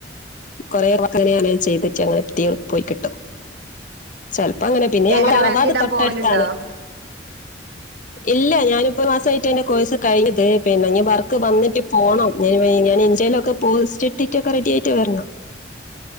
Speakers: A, on the left; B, on the right.
A: കൊറെ <unintelligible> ചെയ്തിട്ട് അങ്ങെ തീ പോയി കിട്ടും ചെലപ്പോ അങ്ങനെ പിന്നെ. ഞങ്ങളെ
B: എങ്ങനെ
A: തറവാട്
B: മെഹന്തി ഇടാൻ
A: തൊട്ടടുത്താണ്
B: പോവലുണ്ടോ
A: ഇല്ല ഞാന് ഇപ്പം ഒരു മാസമായിട്ട് എന്റെ കോഴ്സ് കഴിഞ്ഞത് പിന്നെ ഇഞ് വർക്ക് വന്നിട്ട് പോണം ഞൻ ഞാന് ഇൻസ്റ്റയിലൊക്കെ പോസ്റ്റിട്ടിട്ട് റെഡി ആയിട്ട് വരണം